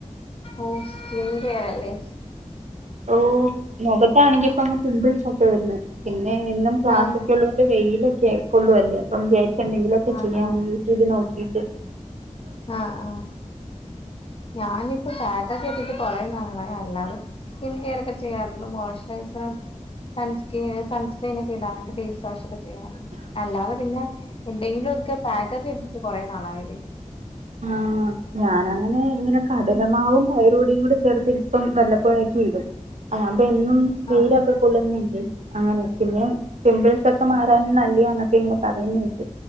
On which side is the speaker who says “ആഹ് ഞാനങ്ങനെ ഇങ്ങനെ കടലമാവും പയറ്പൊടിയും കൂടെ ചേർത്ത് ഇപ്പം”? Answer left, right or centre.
Right